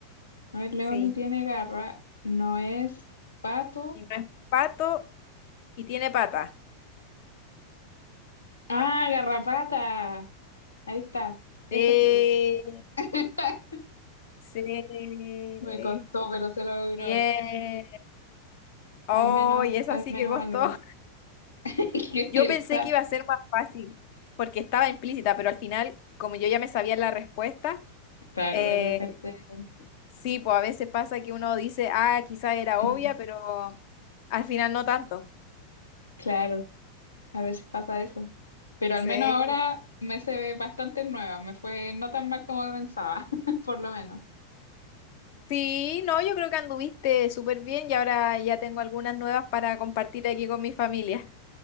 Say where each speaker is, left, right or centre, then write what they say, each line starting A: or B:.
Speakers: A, on the left; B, on the left.
A: No es león
B: Sí.
A: y tiene garra. No es pato.
B: Y no es pato y tiene pata.
A: Ah, garrapata. Ahí está. Eso
B: Sí.
A: sí. <laughs>
B: Sí.
A: Me costó, pero se logró.
B: Bien. Oh,
A: Al menos,
B: y esa
A: al
B: sí
A: menos
B: que costó.
A: algo. <laughs>
B: <laughs> Yo
A: Que
B: pensé
A: Está.
B: que iba a ser más fácil porque estaba implícita, pero al final, como yo ya me sabía la respuesta,
A: Claro,
B: eh,
A: de repente.
B: sí, pues a veces pasa que uno dice, ah, quizá
A: <clears throat>
B: era
A: mm,
B: obvia, pero al final no tanto.
A: Claro, a veces pasa eso. Pero
B: Sí.
A: al menos ahora me se bastante nueva. Me fue no tan mal como pensaba, <laughs> por lo menos.
B: Sí, no, yo creo que anduviste súper bien y ahora ya tengo algunas nuevas para compartir aquí con mi familia.